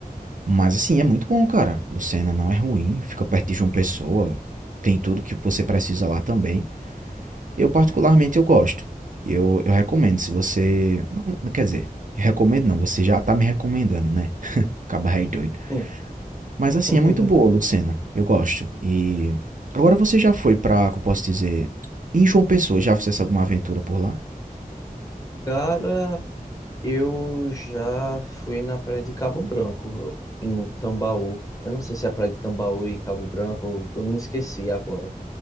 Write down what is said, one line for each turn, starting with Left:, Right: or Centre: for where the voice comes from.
Right: Mas, assim, é muito bom, cara. Lucena não é ruim. Fica perto de João Pessoa. Tem tudo que você precisa lá também. Eu, particularmente, eu gosto. Eu, eu recomendo, se você... não, quer dizer, recomendo não. Você já tá me recomendando, né? Caba rei doido.
Left: <laughs>
Right: Mas assim,
Left: Hum.
Right: é muito boa, Lucena. Eu gosto. E agora você já foi pra, como eu posso dizer, em João Pessoa, já fizesse alguma aventura por lá?
Left: Cara, eu já fui na praia de Cabo Branco, em Tambaú. Eu não sei se é a praia de Tambaú e Cabo Branco, eu me esqueci agora.